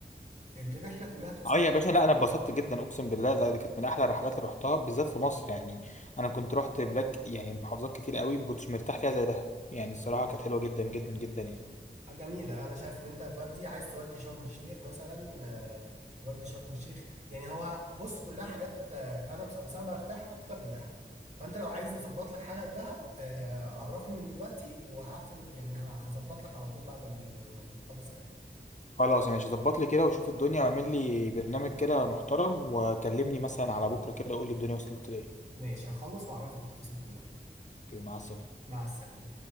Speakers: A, on the right; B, on the left.
A: الرحله كلها تبسطك
B: اه يا باشا لا انا اتبسطت جدا اقسم بالله لا دي كانت من احلى الرحلات اللي رحتها بالذات في مصر يعني انا كنت رحت بلاد كت... يعني محافظات كتير قوي ما كنتش مرتاح فيها زي دهب يعني الصراحه كانت حلوه جدا جدا جدا يعني
A: حاجة جميله انا شايف ان انت هتودي عايز تودي شرم الشيخ مثلا آه، تودي شرم الشيخ يعني هو بص كلها حاجات آه، انا بس, بس انا برتاح اكتر لدهب فانت لو عايز نظبط لك حاجه لدهب آه، عرفني من دلوقتي وهقفل يعني ه- هظبط لك على طول بعد ما ن- ما نخلص كلام
B: خلاص ماشي ظبط لي كده وشوف الدنيا واعمل لي برنامج كده محترم وكلمني مثلا على بكره كده قول لي الدنيا وصلت لايه
A: ماشي هخلص واعرفك التفاصيل كلها
B: اوكي مع السلامه
A: مع السلامه